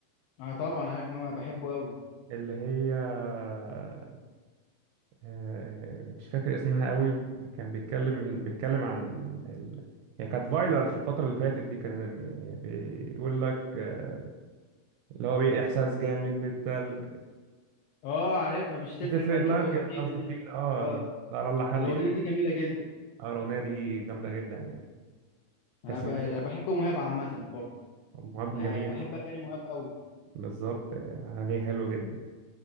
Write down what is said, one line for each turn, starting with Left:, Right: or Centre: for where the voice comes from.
Left: آه طبعا عارف ماما بحبه اوي
Right: اللي هي آه، آه، مش فاكر اسمها قوي كان بيتكلم بيتكلم عن ال... ال- هي كانت فايلر في الفتره اللي فاتت دي كان بيقول لك آه، اللي هو بيه احساس جامد بالتلج
Left: اه عارفها مش هتفرق
Right: هتفرق
Left: مركبة
Right: مركب
Left: وسفينة
Right: او سفينه
Left: دي
Right: اه
Left: اه
Right: لا على الله حد
Left: الاغنية
Right: يحب
Left: دي جميلة جدا
Right: آه، الاغنيه دي جامده جدا يعني تحس
Left: انا ب-
Right: ان
Left: أنا
Right: هي
Left: بحب مهاب عامة برضه
Right: مهاب
Left: بح-
Right: جميل
Left: بحب
Right: برضه.
Left: اغاني مهاب اوي
Right: بالظبط آه، عليه حلو جدا